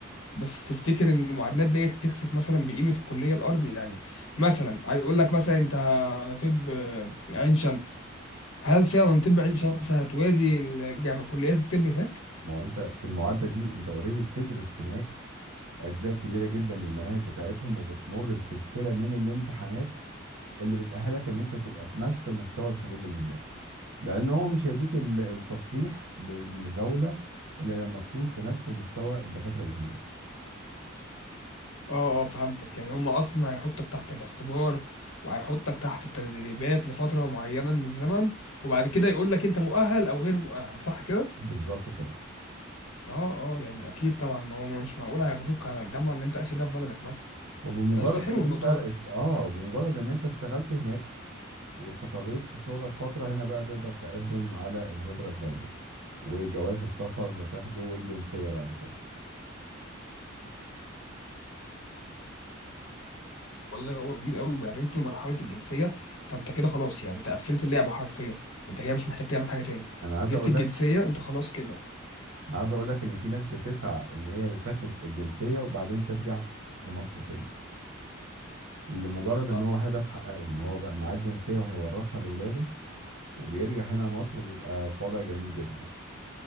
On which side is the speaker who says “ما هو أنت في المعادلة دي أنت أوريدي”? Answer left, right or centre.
Right